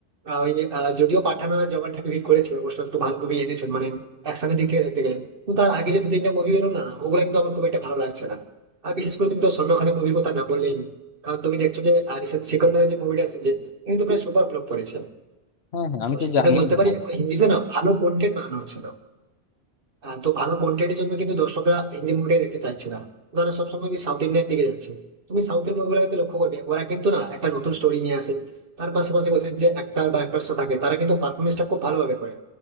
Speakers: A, on the right; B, on the left.
A: আহ, ওই আহ, যদিও পাঠানা জবানটাকে হিট করেছে অবশ্য একটু ভালো মুভি এনেছেন মানে অ্যাকশনের দিক থেকে দেখতে গেলে কিন্তু তার আগে যে দু তিনটা মুভি বেরো না ওগুলো কিন্তু আমার খুব একটা ভালো লাগছে না আর বিশেষ করে তুমি তো সলমান খানের মুভির কথা না বললেই নয়। কারণ তুমি দেখছো যে রিসেন্ট সিকন্দার যে মুভিটা এসেছে কিন্তু প্রায় সুপার ফ্লপ করেছে
B: হ্যাঁ হ্যাঁ আমি
A: তো
B: তো
A: সেক্ষেত্রে
B: জানিও
A: বলতে
B: না
A: পারি এখন হিন্দিতে না ভালো কন্টেন্ট বানানো হচ্ছে না আহ, তো ভালো কন্টেন্টের জন্য কিন্তু দর্শকরা হিন্দি মুভিটাই দেখতে চাইছে না তারা সবসময় ওই সাউথ ইন্ডিয়ান দিকে যাচ্ছে তুমি সাউথের মুভিগুলোকে লক্ষ্য করবে ওরা কিন্তু না একটা নতুন স্টোরি নিয়ে আসে তার পাশাপাশি ওদের যে অ্যাক্টার বা অ্যাক্ট্রেস থাকে তারা কিন্তু পারফরমেন্সটা খুব ভালোভাবে করে